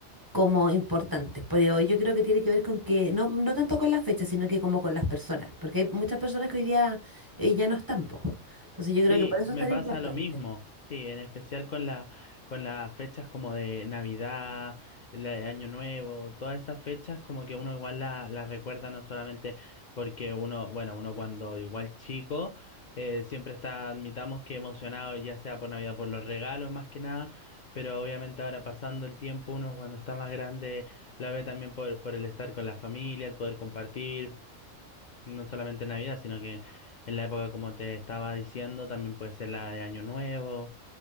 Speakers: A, on the right; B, on the left.
A: como importantes. Pero yo creo que tiene que ver con que, no, no tanto con las fechas, sino que como con las personas, porque hay muchas personas que hoy día, eh, ya no están, po. Entonces yo creo
B: Sí,
A: que por eso
B: me
A: es tan
B: pasa
A: importante.
B: lo mismo. Sí, en especial con la, con las fechas como de Navidad, la de Año Nuevo, todas esas fechas como que uno igual la- las recuerda no solamente porque uno, bueno, uno cuando igual chico, eh, siempre está, admitamos que emocionado, ya sea por Navidad, por los regalos más que nada, pero obviamente ahora pasando el tiempo, uno cuando está más grande la ve también por, por el estar con la familia, el poder compartir. No solamente en Navidad, sino que en la época, como te estaba diciendo, también puede ser la de Año Nuevo,